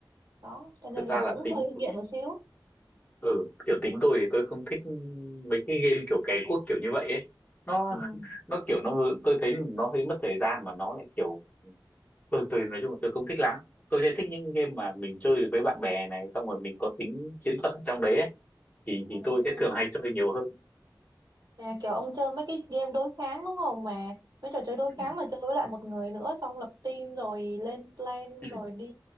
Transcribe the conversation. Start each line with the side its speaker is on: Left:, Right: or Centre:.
Right: đó cho nên
Left: thật ra
Right: là
Left: là
Right: cũng
Left: tính
Right: hơi
Left: tôi
Right: nghiện một xíu
Left: ừ kiểu tính tôi thì tôi không thích mấy cái game kiểu cày cuốc kiểu như vậy ấy nó
Right: ừ.
Left: <laughs> nó kiểu nó vừa- tôi thấy nó hơi mất thời gian mà nó lại kiểu tôi tôi nói chung là tôi không thích lắm tôi sẽ thích những game mà mình chơi được với bạn bè này xong rồi mình có tính chiến thuật ở trong đấy ấy. thì
Right: À,
Left: thì tôi sẽ thường hay chơi nhiều hơn
Right: À, kiểu ông chơi mấy cái game đối kháng đúng không mà mấy trò chơi đối
Left: ừ.
Right: kháng mà chơi với lại một người nữa xong lập team rồi lên plan
Left: Ừ.
Right: rồi đi